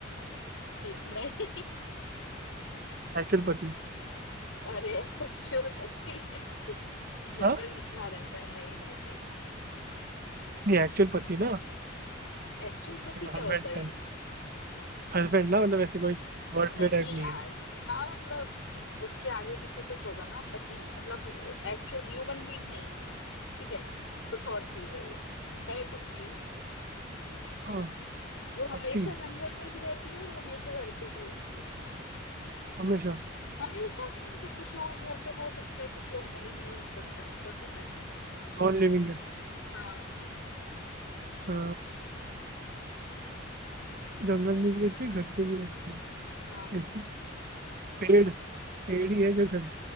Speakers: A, on the left; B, on the right.
A: <laughs> नहीं
B: एक्चुअल पत्ती
A: अरे एक्चुअल पति है जंगल
B: हाँ
A: में कहाँ रहता है नहीं नहीं नहीं
B: ये एक्चुअल पति ना
A: एक्चुअल पति
B: हस्बैंड
A: क्या होता है
B: टाइप
A: ये
B: हस्बैंड ना मतलब ऐसे कोई वर्ड प्ले
A: नहीं
B: टाइप नहीं
A: यार
B: है
A: हाँ मतलब उसके आगे पीछे कुछ होगा ना पति मतलब एक्चुअल ह्यूमन बीइंग नहीं है ठीक है कुछ और चीज है ये है कुछ चीज
B: हाँ
A: जो हमेशा
B: पति
A: जंगल में भी रहती है और हमेशा घर पे भी होती है
B: हमेशा
A: हमेशा नहीं मतलब कुछ लोगों के घर पे हो सकता है कुछ लोग नहीं भी यूज करते हो पर पता नहीं
B: नॉन लिविंग है
A: हाँ
B: अ, जंगल में भी रहती है घर पे भी रहती है
A: हाँ
B: जैसे पेड़ पेड़ ही है जो घर